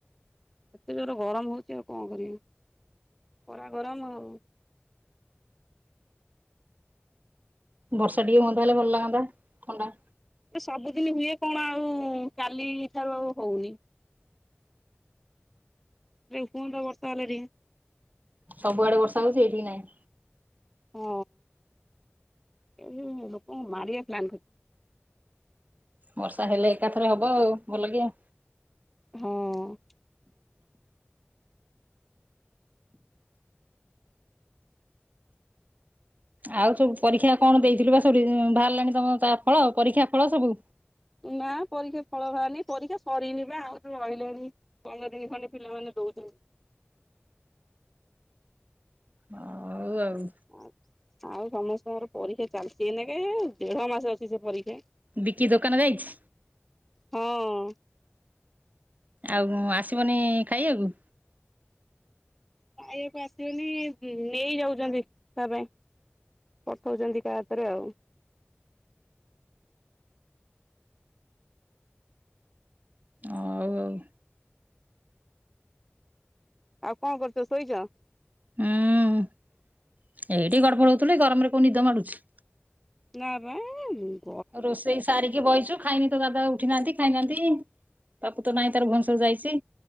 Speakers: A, in the centre; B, on the right.
A: ଏତେ ଜୋର ଗରମ ହଉଚି ଆଉ କଁ କରିବି? ଖରା ଗରମ ଆଉ।
B: ବର୍ଷା ଟିକେ ହୁଅନ୍ତା ହେଲେ ଭଲ ଲାଗନ୍ତା ଥଣ୍ଡା
A: ଏ ସବୁଦିନ ହୁଏ କଣ ଆଉ-ଉ କାଲି ଠାରୁ ଆଉ ହୋଉନି। ରେ କୁଅନ୍ତ ବର୍ଷା ହେଲେ ଟିକେ।
B: ସବୁଆଡେ ବର୍ଷା ହୋଉଛି ଏଇଠିକି ନାଇଁ।
A: ଓ ଏଇ ଲୋକଙ୍କୁ ମାରିଆ ପ୍ଲାନ୍ କରି
B: ବର୍ଷା ହେଲେ ଏକାଥରେ ହବ ଆଉ ଭଲ କିଆ।
A: ହଁ।
B: ଆଉ ସବୁ ପରୀକ୍ଷା କଣ ଦେଇଥିଲୁ ବା ସବୁ ରି-ଇଁ ଭାଆରିଲାଣି ତମ ତା ଫଳ ପରୀକ୍ଷା ଫଳ ସବୁ?
A: ନା ପରୀକ୍ଷା ଫଳ ଭାର୍ନି ପରୀକ୍ଷା ସରିନି ବା ଆଉରି ରହିଲେଣିି ପନ୍ଦର ଦିନି ଖଣ୍ଡେ ପିଲାମାନେ ଦୋଉଛନ୍ତି।
B: ଓ-ଓଉ ଆଉ।
A: ଆଉ ଆଉ ସମସ୍ତଙ୍କର ପରୀକ୍ଷା ଚାଲିଛି ଏଇନାକେ-ଏ ଦେଢ ମାସେ ଅଛି ସେ ପରୀକ୍ଷା।
B: ବିକି ଦୋକାନ ଯାଇଛି?
A: ହଁ।
B: ଆଉ ଆସିବନି-ଇ ଖାଇଆକୁ?
A: ଖାଇଆକୁ ଆସିବେନି ମ୍ ନେଇ ଯାଉଚନ୍ତି ତା ପାଇଁ। ପଠଉଚନ୍ତି କା ହାତରେ ଆଉ।
B: ଅଉ ଓଉ।
A: ଆଉ କଁ କରୁଚ ଶୋଇଚ?
B: ଉଁ ଏଇଠି ଗଡ଼ପଡ଼ ହୋଉଥିଲି ଗରମରେ କୋଉ ନିଦ ମାଡୁଛି।
A: ନା ପା ଉଁ
B: ରୋଷେଇ ସାରିକି ବଇଚୁ। ଖାଇନି ତ ଦାଦା ଉଠି ନାହାନ୍ତି ଖାଇନାହାନ୍ତି ତପୁ ତ ନାଇଁ ତାର ଭୋନଶ୍ୱର ଯାଇଚି।